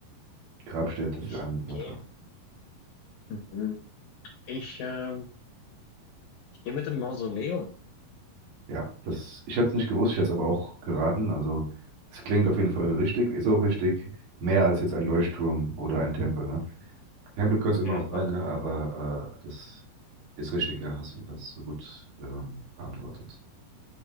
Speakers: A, on the right; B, on the left.
A: Grabstätte
B: ich
A: für einen Satrapen.
B: gehe, mhm. ich, ähm, ich gehe mit dem Mausoleum.
A: Ja, das, ich hätte es nicht gewusst, ich hätte es aber auch geraten. Also, es klingt auf jeden Fall richtig, ist auch richtig. Mehr als jetzt ein Leuchtturm oder ein Tempel, ne? Tempel könnte es immer
B: Ja,
A: noch sein,
B: ab-
A: ne? Aber äh, das ist richtig, ja, hast du das so gut ähm, beantwortet.